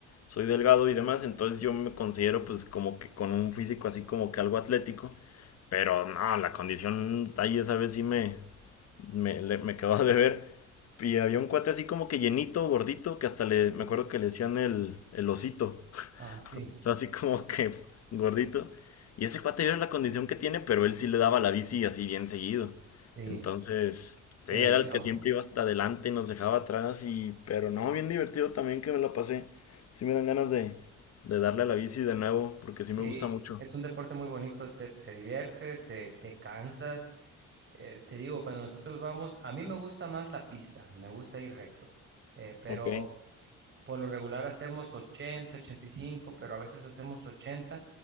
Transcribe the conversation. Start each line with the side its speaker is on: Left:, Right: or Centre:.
Left: Soy delgado y demás. Entonces yo me considero pues como que con un físico así como que algo atlético. Pero no, la condición ahí esa vez sí me, me, le- me quedó de ver. Y había un cuate así como que llenito, gordito, que hasta le, me acuerdo que le decían el, el osito
Right: ah, sí,
Left: sea, así como que gordito. Y ese cuate yo era la condición que tiene, pero él sí le daba la bici así bien seguido.
Right: sí,
Left: Entonces, sí,
Right: te
Left: era
Right: venció.
Left: el que siempre iba hasta adelante y nos dejaba atrás. Y, pero no, bien divertido también que me la pasé. Sí me dan ganas de, de darle a la bici de nuevo, porque sí
Right: Sí,
Left: me gusta mucho.
Right: es un deporte muy bonito, te, te diviertes, te, te cansas. Eh, te digo, cuando nosotros vamos, a mí me gusta más la pista, me gusta ir recto, eh, pero
Left: Ok.
Right: por lo regular hacemos ochenta, ochenta y cinco, pero a veces hacemos 80,